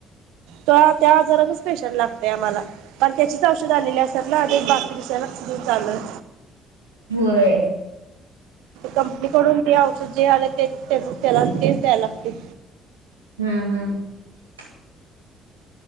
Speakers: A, on the right (about 70°); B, on the right (about 85°).
A: त त्या आजारातच स्पेशल लागतेय आम्हा पण त्याचीच औषध आलेली असतात ना बाकी नक् चालत
B: होय
A: कंपनीकडून ज औषध जे आले ते त्याला केस द्यायला लागतील
B: हम्म हम्म